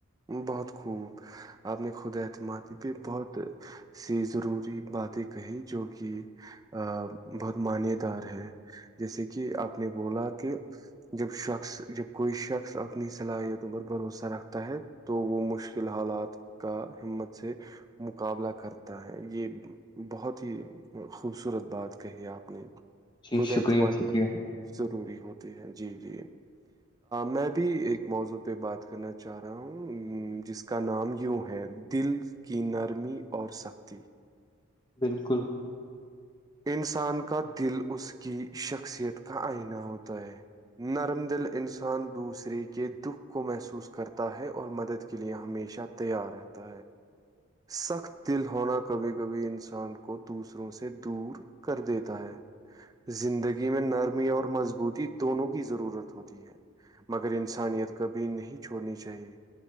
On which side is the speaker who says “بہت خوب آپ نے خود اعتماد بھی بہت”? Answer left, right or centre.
Right